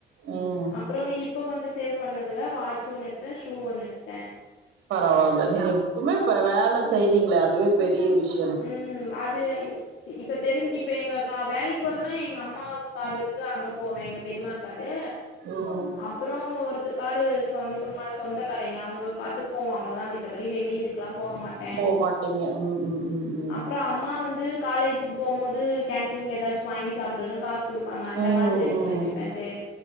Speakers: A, on the right; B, on the left.
A: ம்
B: அப்புற இப்ப கொஞ்ச சேவ் பண்ணதுல வாச் சு ஒன்னு எடுத்த ஷூ ஒன்னு எடுத்த
A: பரவால நீங்க இப்பமே இப்ப வேல செய்றீங்களே அதுவே பெரிய விஷ்
B: ம் அது அய் இப்ப தெரிஞ் இப்ப எங்க கா வேலக் போறன்னா எங்க அம்மா காடுருக்கு அங்கப் போவே எங்க பெரிம்மா காடு
A: ம்
B: அம் அப்புற ஒருத்தரு காடு சொந்தமா சொந்தக்காரங்க அவங்க காட்டுக்கு போவோ அவளோதா மித்தபடி வெளிய இதுக்கெல்லா போக மாட்
A: போமாட்டீங்க ம் ம் ம் ம்
B: அப்புற அம்மா வந்து காலேஜுக்கு போம்போது கேன்டீன்ல ஏதாச்சு வாங்கி சாப்டுனு காசு குடுப்பாங்க அந்த
A: ம்
B: காசு எடுத்து
A: ம்
B: வச்சுபே சே